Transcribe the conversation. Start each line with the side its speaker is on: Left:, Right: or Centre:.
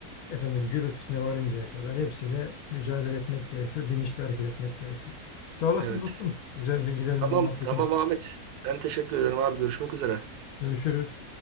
Left: efendim gürültüsüne varıncaya kadar hepsiyle mücadele etmek gerekiyor. Bilinçli hareket etmek gerekiyor. Sağ olasın
Right: Evet.
Left: dostum. Güzel bilgilerin
Right: Tamam
Left: ve muhabbetin
Right: tamam
Left: için.
Right: Ahmet. Ben teşekkür ederim abi. Görüşmek üzere.
Left: Görüşürüz.